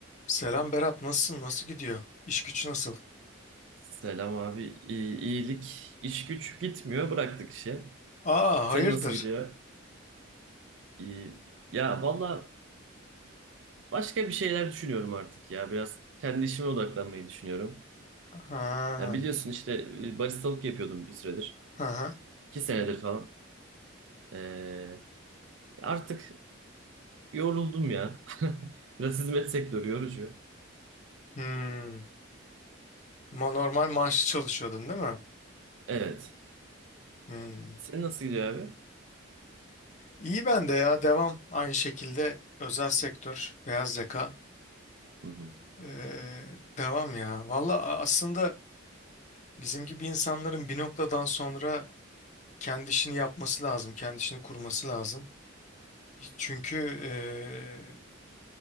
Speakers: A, on the left; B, on the right.
A: Selam Berat, nasılsın? Nasıl gidiyor? İş güç nasıl?
B: Selam abi. İyi- iyilik, iş güç gitmiyor. Bıraktık işi.
A: Aa,
B: Sen
A: hayırdır?
B: nasıl gidiyor? İyi. Ya valla başka bir şeyler düşünüyorum artık ya. Biraz kendi işime odaklanmayı düşünüyorum.
A: Ha,
B: Ya biliyorsun işte e, baristalık yapıyordum bir süredir.
A: ha, ha.
B: İki senedir falan. Ee, artık yoruldum ya. <laughs> Biraz hizmet sektörü yorucu.
A: Hmm. Ma- Normal maaşlı çalışıyordun değil mi?
B: Evet.
A: Hmm.
B: Senin nasıl gidiyor abi?
A: İyi ben de ya, devam. Aynı şekilde özel sektör, beyaz yaka.
B: Hı hı.
A: Ee, devam ya. Valla a- aslında bizim gibi insanların bir noktadan sonra kendi işini yapması lazım, kendi işini kurması lazım. Çünkü ee,